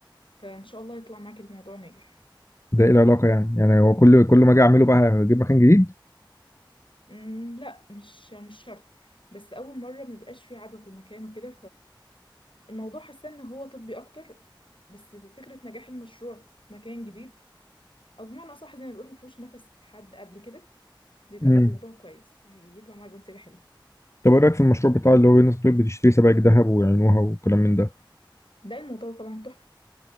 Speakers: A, on the left; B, on the left.
A: فان شاء الله يطلع معاك الموضوع ناجح
B: ده ايه العلاقه يعني يعني هو كل كل ما اجي اعمله بقى اجيب مكان جديد
A: مم، لا مش مش شرط بس اول مرة مبيبقاش فيه عدوى في المكان وكده فالموضوع حاسة ان هو طبي اكتر بس في فكرة نجاح المشروع في مكان جديد او بمعنى اصح زي ما بيقولوا مفهوش نفس حد قبل كده بيبقى
B: امم
A: الموضوع كويس هيطلع معاك بنتيجة حلوة
B: طب ايه رايك في المشروع بتاع اللي هو الناس بتقول بتشتري سبائك ذهب ويعينوها وكلام من ده
A: ده الموضوع طبعا تحفة